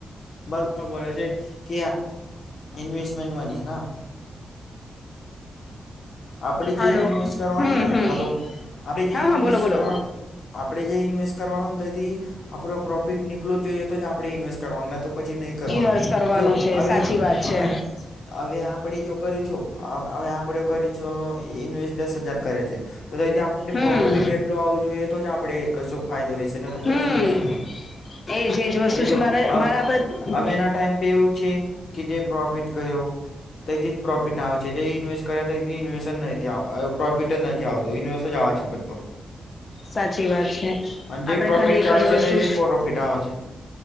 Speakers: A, on the left; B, on the left.
A: બરોબર બોલે છે. કે ઇન્વેસ્ટમેન્ટ મની હે. આપણે જે
B: હલો
A: ઇન્વેસ્ટ કરવાનુંને
B: હમ હમ
A: હલો આપણે જે
B: હા હા
A: ઇન્વેસ્ટ
B: બોલો બોલો
A: કરવાનું. આપણે જે ઇન્વેસ્ટ કરવાનો ને તેથી આપણો પ્રોફિટ ની. એટલું જ જોઈએ તો જ આપણે ઇન્વેસ્ટ કરવાનું તો પછી નહીં કરવાનું
B: ઇન્વેસ્ટ કરવાનું
A: જો
B: છે
A: હવે
B: સાચી વાત
A: હવે.
B: છે
A: હવે આપણે જો કર્યું છું હવે આપણે કરી છું ઇન્વેસ્ટ દસ હજાર કરે છે. તો તો એ આપણે
B: હમ
A: પ્રોફિટ એટલું આવવું જોઈએ તો જ આપડે કશું ફાયદો રહેશે તો
B: હમ
A: પછી કશું નહી.
B: <inaudible> વસ્તુ
A: એ
B: છે
A: જો
B: મારે
A: હવ
B: મારા આપડે
A: હવેના ટાઈમ પે એવું છે કે જે પ્રોફિટ કર્યો તેથી જ પ્રોફિટ આવે છે જે ઇન્વેસ્ટ કર્યા. ઇન્વેસ્ટ નથી પ્રોફિટ જ નથી આવતોું ઇન્વેસ્ટ જ આવે છે બધો.
B: સાચી વાત છે
A: અને જે
B: આપડે
A: પ્રોફિટ
B: ખાલી એક
A: ચાલે
B: જ
A: છે
B: વસ્તુ
A: તેથી પ્રોફિટ આવે છે